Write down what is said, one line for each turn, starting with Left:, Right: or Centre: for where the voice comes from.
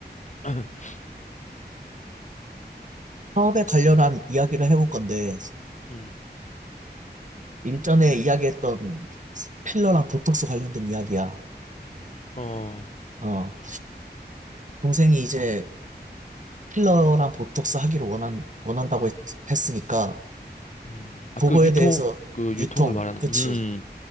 Left: <clears throat>
Right: 사업에 관련한 이야기를 해볼 건데,
Left: 음,
Right: 일전에 이야기했던 필러랑 보톡스 관련된 이야기야.
Left: 어,
Right: 어, 동생이 이제 필러랑 보톡스 하기를 원한, 원한다고 했, 으니까
Left: 음, 아,
Right: 그거에
Left: 그 유통,
Right: 대해서
Left: 그 유통을
Right: 유통,
Left: 말하는,
Right: 그치?
Left: 음,